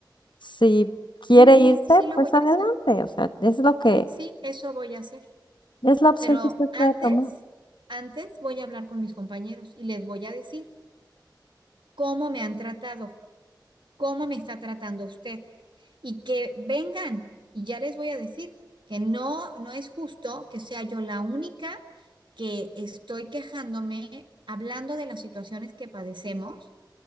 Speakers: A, on the left; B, on the right.
A: Si quiere
B: muy bien,
A: irse,
B: sí lo
A: pues
B: voy
A: adelante,
B: a hacer,
A: o sea, es lo que,
B: sí, sí, eso voy a hacer.
A: es la opción
B: Pero
A: que usted
B: antes,
A: pueda tomar.
B: antes voy a hablar con mis compañeros y les voy a decir cómo me han tratado cómo me está tratando usted. Y que vengan, y ya les voy a decir que no, no es justo que sea yo la única que estoy quejándome, hablando de las situaciones que padecemos,